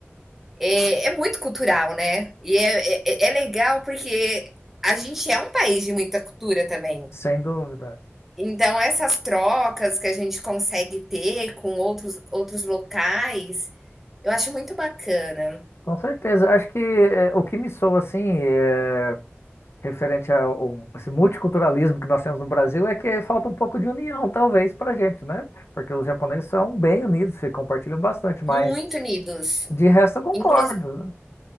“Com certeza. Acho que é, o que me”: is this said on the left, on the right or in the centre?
Left